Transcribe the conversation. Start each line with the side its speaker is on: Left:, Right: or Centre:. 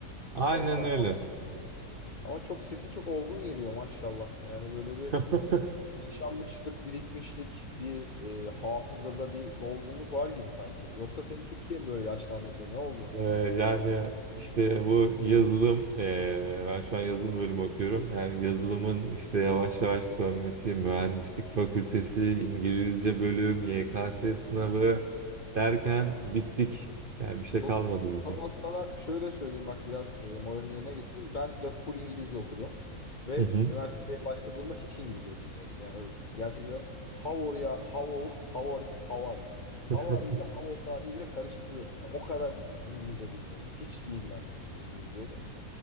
Right: Aynen
Left: Daha şu
Right: öyle.
Left: an çok ama çok sesin çok olgun geliyor maşallah. Yani böyle bir
Right: <laughs>
Left: yaşanmışlık, birikmişlik, bir e, hafızada bir dolgunluk var gibi sanki. Yoksa seni Türkiye mi böyle yaşlandırdı? Ne oldu?
Right: Ee, yani işte bu yazılım, ee, ben şu an yazılım bölümü okuyorum. Yani yazılımın işte yavaş yavaş sönmesi, mühendislik fakültesi, İngilizce bölüm, YKS sınavı derken bittik. Yani bir şey
Left: Dostum
Right: kalmadı bizde.
Left: o zaman sana şöyle söyleyeyim bak biraz e, moralini yerine getireyim. Ben de full İngilizce okudum ve
Right: Hı hı.
Left: üniversiteye başladığımda hiç İngilizce bilmiyordum. Yani öyle düşün. Gerçekten how are ya how ol- how are, how are you?
Right: <laughs>
Left: How are you ile how old are you bile karıştırıyordum. Yani o kadar İngilizce bilmiyordum. Hiç ilgilenmemiştim İngilizceyle.